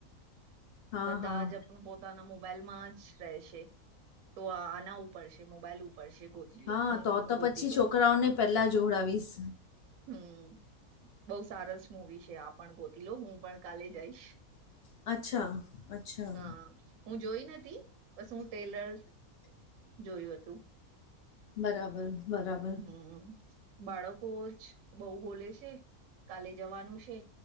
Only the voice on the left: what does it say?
હા
હા
હા
તો તો
પછી
છોકરાઓને પહેલાં જોડાવીશ
અચ્છા. અચ્છા
બરાબર. બરાબર